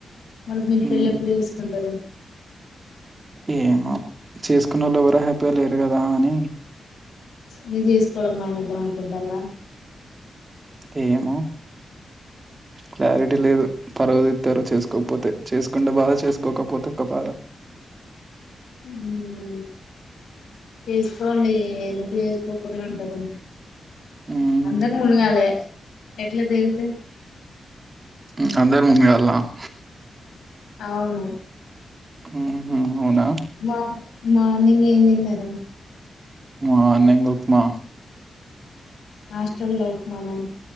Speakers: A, on the left (about 85°); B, on the right (about 25°).
A: మరి మీరు
B: హ్మ్
A: పెళ్ళి ఎప్పుడు చేస్కుంటారు
B: ఏమో చేసుకున్నోళ్లు ఎవరు హ్యాపీగా లేరు కదా అని.
A: మీరు చేసుకోవడం మానిద్దాం అనుకుంటుల్లా
B: ఏమో క్లారిటీ లేదు పరువు తిత్తారు చేసుకోకపోతే చేసుకుంటే బాధ చేసుకోకపోతే ఒక బాధ.
A: ఉ చేసుకోండి ఎందుకు చేసుకోకుండా ఉంటారు
B: హ్మ్
A: అందరు ములగాల్లే ఎట్లా తేల్తాయ్
B: ఇంకా అందరు ఉమ్మేయాల్నా <inaudible>
A: అవును
B: ఉహు అవునా
A: మా మార్నింగ్ ఏం తిన్నారు
B: మార్నింగ్ ఉప్మా
A: హాస్టల్లో ఉప్మానా